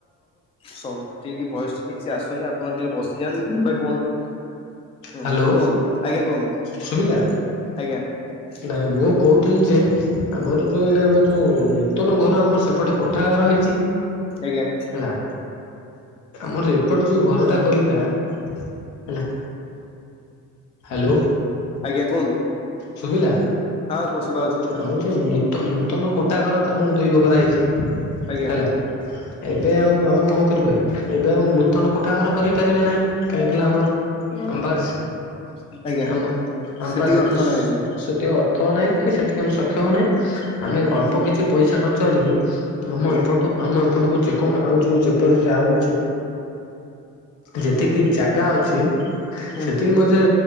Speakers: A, on the left; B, on the left.
A: ସବୁ ଠିକ ଭୟସ ଟା ଠିକ ସେ ଆସୁନି ଆପଣ ଟିକେ ବସିଯାଆନ୍ତୁ କିମ୍ବା କୌଣସି ହୁଁ
B: ହ୍ୟାଲୋ
A: କୁହନ୍ତୁ ଆଜ୍ଞା କୁହନ୍ତୁ
B: ଶୁଭିଲା?
A: ଆଜ୍ଞା ।
B: ନାଇଁ ମୁଁ କହୁଥିଲି ଯେ ଆମର ଯୋଉ ଏଇନା ଆମ ଯୋଉ ନୂତନ ଘର ଆମର ସେପଟେ କୋଠା ଘର ହେଇଚି
A: ଆଜ୍ଞା
B: ହେଲା ଆମର ଏ ଏପଟେ ଯୋଉ ଘରଟା କରିବା ହେଲା। ହ୍ୟାଲୋ
A: ଆଜ୍ଞା କୁହନ୍ତୁ।
B: ଶୁଭିଲା
A: ହଁ ଶୁଭା ଯାଉଛି କହୁନାହାନ୍ତି
B: ଆମର
A: କୁହନ୍ତୁ
B: ଯୋଉ ନୂତନ ନୂତନ କୋଟା ଘର ତ ଆମର ଦୁଇ ବକରା ହେଇଚି। <inaudible>
A: ଆଜ୍ଞା
B: ହେଲା
A: ହୁଁ
B: ଏବେ ଆଉ ଆମେ କଣ କରିବା ଏବେ ଆଉ ନୂତନ କୋଠାଘର କରିପାରିବା ନାହିଁ। କାଇିକିନା ଆମ ଆମ
A: ଆଜ୍ଞା
B: ପାଖରେ ଆମ ଆମ
A: ସେତିକି
B: ପା ସେଠି
A: ଅର୍ଥ ନାହିଁ ଏବେ।
B: ସେତିକି ଅର୍ଥ ନାହିଁ କି ସେତିକି ଆମ ସକ୍ଷମ ହଉନାହିଁ ଆମେ ଅଳ୍ପ
A: ହୁଁ
B: କିଛି ପଇସା ଖର୍ଚ୍ଚ କରିକି ଆମ
A: ଆଜ୍ଞା
B: ଏପଟକୁ ଆମ ଏପଟକୁ ଯେକଣ ଆଉ ଯୋଉ ଯେପରି ଯ ଆକୁ ଯେତିକି
A: ହୁଁ
B: ଜାଗା ଅଛି
A: ହୁଁ
B: ସେତିକି ମଧ୍ୟ